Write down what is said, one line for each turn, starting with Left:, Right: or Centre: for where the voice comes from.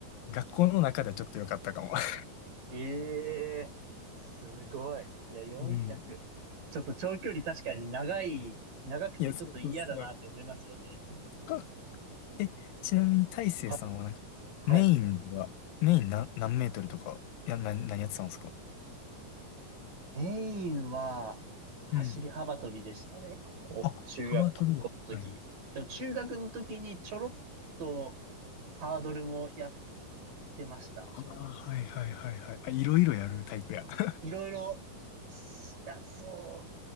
Left: 学校の中ではちょっと良かったかも。<laughs>
Right: ええすごい。いや、400。
Left: うん。
Right: ちょっと長距離確かに長い、長くてちょっと嫌だなって思いますよね。
Left: <laughs> いや、そうそうそう。<laughs> え、ちなみに大成さんはなんか、
Right: はい、はい。
Left: メインでは、メイン何、何メートルとか、いや、な、何やってたんですか
Right: メインは、走り幅跳びでしたね。
Left: うん。
Right: ここ、
Left: あ、
Right: 中学校の時。
Left: 幅取るやったんや。
Right: でも中学の時にちょろっとハードルもやってました。
Left: ああ、はいはいはいはい。あ、いろいろやるタイプや。<laughs>
Right: いろいろ、すいや、そ